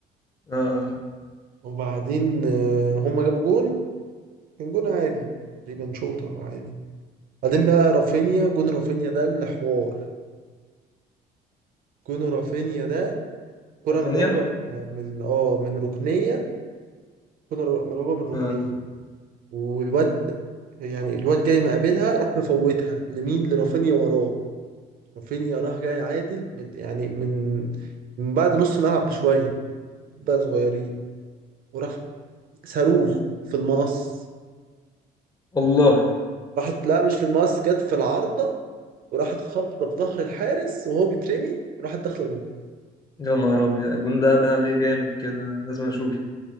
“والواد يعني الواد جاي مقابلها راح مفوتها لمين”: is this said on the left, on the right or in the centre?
Right